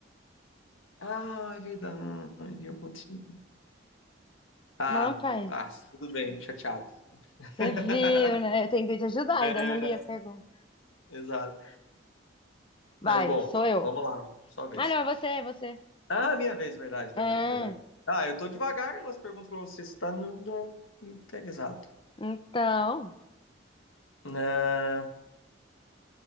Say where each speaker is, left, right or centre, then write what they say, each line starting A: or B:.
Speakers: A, on the left; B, on the left.
A: Ah, é verdade. Eu continuo. Ah,
B: não é um país.
A: ah, tudo bem, chateado.
B: Você
A: <laughs>
B: viu, né? Eu tentei te ajudar, ainda
A: É,
B: eu reli a pergunta.
A: exato. Mas
B: Vai,
A: bom,
B: sou eu.
A: vamos lá, sua vez.
B: Ah, não, é você, é você.
A: Ah, minha vez, verdade, verdade,
B: É,
A: verdade. Ah, eu tô devagar nas perguntas pra você, você tá no, no, no pega exato.
B: então.
A: Ah,